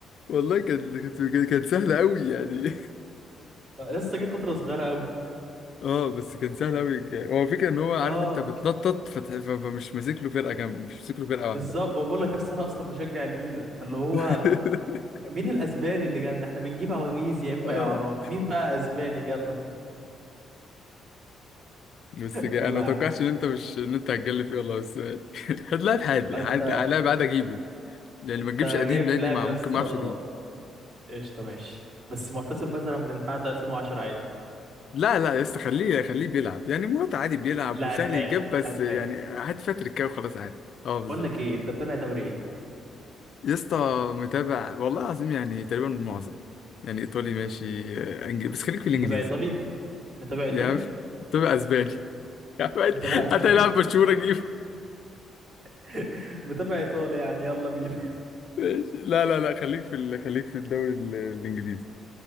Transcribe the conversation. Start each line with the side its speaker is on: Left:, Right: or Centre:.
Left: والله كان كانت كانت سهله قوي يعني
Right: لسه جه فتره صغيره قوي
Left: <laughs> اه بس كان سهل قوي الجيم هو الفكره ان هو عارف
Right: اه
Left: انت بتنطط فتح- ف- فمش ماسك له فرقه كامله مش ماسك له فرقه
Right: بالظبط
Left: واحده
Right: بقول لك يا اسطى انا اصلا بشجع الميلان فاللي هو
Left: <laughs>
Right: مين الاسباني اللي جالنا احنا بنجيب عواجيز يا اما
Left: اه
Right: اعارات مين بقى اسباني جالنا
Left: بس
Right: <laughs>
Left: جاي.
Right: يلا
Left: انا ما
Right: يا
Left: توقعتش
Right: عم
Left: ان انت مش ان انت هتجلف فيه والله بس <laughs> ماشي. هات لاعب حالي
Right: انت
Left: حد لاعب عادي اجيبه لان
Right: انت
Left: ما تجيبش قديم
Right: جايب
Left: لاني
Right: لاعب
Left: ما
Right: يا
Left: ممكن
Right: اسطى
Left: ما اعرفش اجيب
Right: قشطه ماشي بس معتزل مثلا من بعد 2010 عادي
Left: لا لا يا اسطى خليه خليه بيلعب يعني مرات عادي بيلعب
Right: لاعب
Left: وسهل
Right: حالي
Left: يجيب بس
Right: لاعب
Left: يعني
Right: حالي
Left: هات فيها تريكايه وخلاص عادي اه بالظبط
Right: بقول لك ايه انت متابع دوري ايه
Left: يا اسطى متابع والله العظيم يعني تقريبا معظم يعني ايطالي ماشي آه، انجليزي بس خليك في
Right: متابع
Left: الانجليزي
Right: ايطالي متابع ايطالي
Left: يا عم تبقى اسباني <laughs> يا عم
Right: متابع <laughs> اسباني
Left: هتلاعب برشلونة جيبه
Right: <laughs> متابع ايطالي يعني يلا بينا
Left: ماشي لا لا لا خليك في ال... خليك في الدوري ال- الانجليزي